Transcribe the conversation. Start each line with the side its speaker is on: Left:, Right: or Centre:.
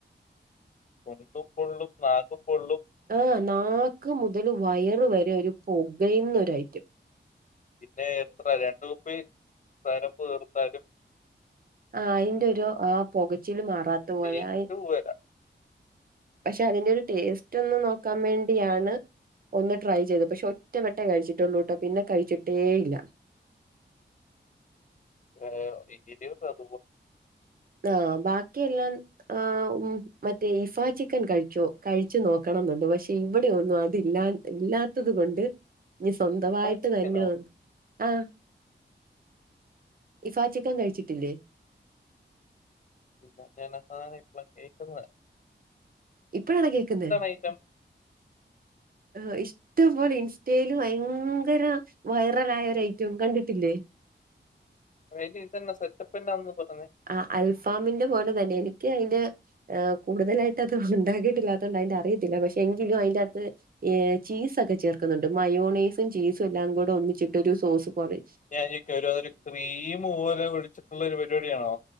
Left: മുണ്ടുംപൊള്ളുംനാകുംപൊള്ളും
Right: ആ്ഹ് നാക്ക്മുതല് വയറ് വരെഒരു പുകയന്നൊരഐറ്റം
Left: പിന്നെഎത്രരണ്ട്കുപ്പിസെവനപ്പ് തീർത്താലും
Right: ആഹ്അയിന്റെരുആപൊകച്ചില് മാറാത്തപോലെ
Left: എരിവ് വരാ
Right: പക്ഷെഅതിന്റെരു ടേസ്റ്റോന്ന് നോക്കാവേണ്ടിയാണ്. ഒന്ന്ട്രൈചെയ്ത്പക്ഷെ ഒറ്റവട്ടേ കഴിച്ചിട്ടുള്ളൂട്ടോപിന്നെകഴിച്ചിട്ടേഇല്ല. <inaudible>
Left: ആഹ്ഇതിന്റോ <unintelligible>
Right: ആഹ്ബാക്കിയെല്ലാം ആ്ഹ്ഉംമറ്റേ ഇഫാചിക്കൻകഴിച്ചോ കഴിച്ചുനോക്കണംന്നുണ്ട്പക്ഷെ ഇവിടെഒന്നുംഅതില്ലാ ഇല്ലാത്തത്കൊണ്ട്നീസ്വന്തവായിട്ട്
Left: ചിക്കനോ
Right: തന്നെയൊ ആഹ്ഇഫാചിക്കൻകഴിച്ചിട്ടില്ലേ?
Left: <unintelligible> സാനംഇപ്പളകേക്കുന്നെ
Right: ഇപ്പോഴാണകേക്കുന്നെ
Left: ഐറ്റം
Right: ഏഹ്ഇഷ് ഇഷ്റ്റംപോലെഇൻസ്റ്റല്ഭയങ്കര വൈറലയഒരുഐറ്റംകണ്ടിട്ടില്ലേ
Left: വഇറ്റിതന്നെസെറ്റപ്പിന്റന്നപറഞ്ഞേ.
Right: ആ അൽഫാമിന്റെ പോലെ തന്നെ എനിക്ക് അതിന്റെ ആഹ്കൂടുതലായിട്ട്ത് ഉണ്ടാക്കിയിട്ടില്ലാത്തതുകൊണ്ട് അതിന്റെഅറിയത്തില്ലപക്ഷെ എങ്കിലുംഅയിന്റെത്ത്. ചീസൊക്കെചേർക്കുന്നുണ്ട് മയോണീസുംചീസുംഎല്ലാംകൂടെ ഒന്നിച്ചിട്ടോരു സോസ്പോലെ
Left: ഞാൻചിക്കഒരുരുക്രീംപോലെ ഒഴിച്ചിട്ടുള്ളൊരുപരിപാടിയാണോ